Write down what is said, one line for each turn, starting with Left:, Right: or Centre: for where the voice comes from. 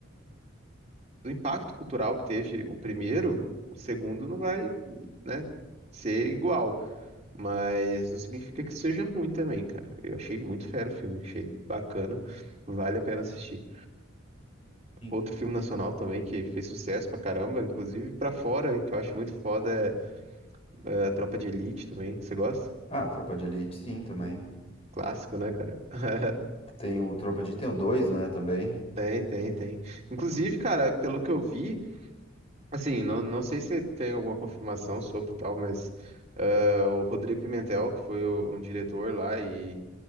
Right: do impacto cultural que teve o primeiro, o segundo não vai, né, ser igual. Mas não significa que seja ruim também, cara. Eu achei muito fera o filme, achei bacana, vale a pena assistir.
Left: Sim.
Right: Outro filme nacional também que fez sucesso pra caramba, inclusive pra fora, que eu acho muito foda, é, é a Tropa de Elite também. Você gosta?
Left: Ah, Tropa de Elite, sim, também.
Right: Clássico, né, cara? <laughs>
Left: Tem o Tropa de Elite, tem o 2 né, também.
Right: Tem, tem, tem. Inclusive, cara, pelo que eu vi, Assim, não, não sei se tem alguma confirmação sobre tal, mas ah, o Rodrigo Pimentel, que foi o- um diretor lá e,